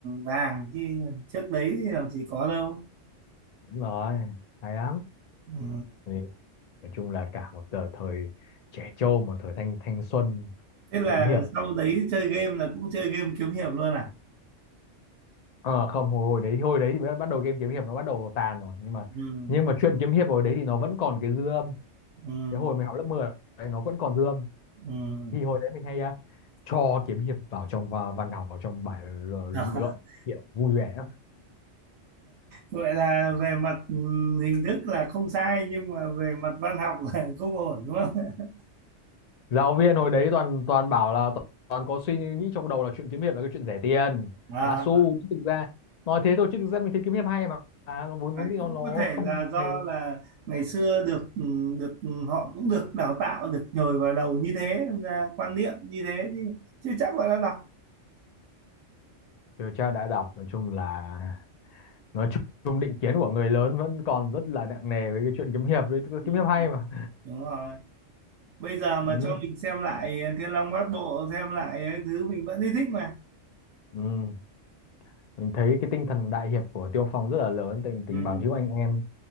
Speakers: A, on the right; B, on the left.
A: vàng chứ trước đấy thì làm gì có đâu
B: đúng rồi hay lắm
A: ừ.
B: Thì nói chung là cả một tờ- thời trẻ trâu một thời thanh thanh xuân
A: Thế là
B: kiếm hiệp
A: sau đấy chơi game là cũng chơi game kiếm hiệp luôn à?
B: ờ không hồi, hồi đấy hồi đấy thì bắt bắt đầu game kiếm hiệp nó bắt đầu tàn rồi nhưng mà
A: Ừ,
B: nhưng mà chuyện kiếm hiệp hồi đấy thì nó vẫn còn cái dư âm
A: ừ,
B: cái hồi mình học lớp 10 đấy, nó vẫn còn dư âm
A: ừ.
B: thì hồi đấy mình hay à, cho kiếm hiệp vào trong và văn học vào trong bài l-
A: <laughs>
B: nghị luận kiểu vui vẻ lắm.
A: Vậy là về mặt ừ, hình thức là không sai nhưng mà về mặt văn học là <laughs> không ổn đúng không? <laughs>
B: giáo viên hồi đấy toàn toàn bảo là toàn, toàn có suy nghĩ trong đầu là chuyện kiếm hiệp là cái chuyện rẻ tiền
A: À,
B: bá xu chứ thực ra nói thế thôi chứ thực ra mình thấy kiếm hiệp hay mà à, nó vốn
A: à,
B: vốn dĩ nó
A: cũng
B: nó
A: có thể
B: không
A: là do
B: hay
A: là ngày xưa được ừ, được ừ, họ cũng được đào tạo được nhồi vào đầu như thế nên ra quan niệm như thế chứ chứ chắc là đã đọc.
B: điều tra đã đọc nói chung là nói chung định kiến của người lớn vẫn còn rất là nặng nề với cái chuyện kiếm hiệp đấy tức là
A: Ừ,
B: kiếm hiệp hay mà
A: Đúng rồi. bây giờ mà
B: ừ.
A: cho mình xem lại ờ, Thiên Long Bát Bộ xem lại cái thứ mình vẫn thấy thích mà
B: Ừ. mình thấy cái tinh thần đại hiệp của Tiêu Phong rất là lớn tình tình
A: ừ.
B: bằng hữu anh em